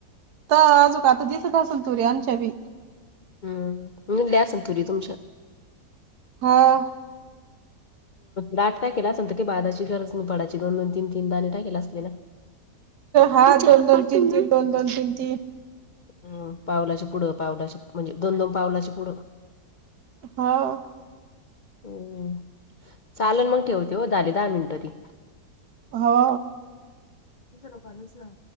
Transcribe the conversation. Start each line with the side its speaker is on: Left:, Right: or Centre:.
Right: ता आजूक आता दिसत असल तूरी आमच्या बी.
Left: हम्म मुदल्या असन तुरी तुमच्या?
Right: हो.
Left: दाट टाकील असल तर ती बादाची गरज नाय पडाची दोन दोन तीन तीन दाने टाकला असले ना.
Right: हा दोन दोन तीन तीन, दोन दोन तीन तीन.
Left: हम्म, पावलाच्या पुढं पावलाचे म्हणजे दोन दोन पावलाच्या पुढं.
Right: हो.
Left: हम्, चालन मग ठेवते हो झाले दहा मिनटं ती.
Right: हो.
Left: थोड फार उचला.